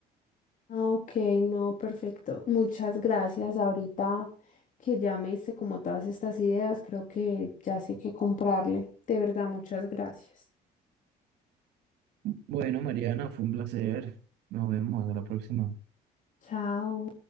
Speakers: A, on the left (about 50°); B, on the right (about 85°).
A: Ah, ok, no, perfecto. Muchas gracias. Ahorita que ya me diste como todas estas ideas, creo que ya sé qué comprarle. De verdad, muchas gracias.
B: Bueno, Mariana, fue un placer. Nos vemos a la próxima.
A: Chao.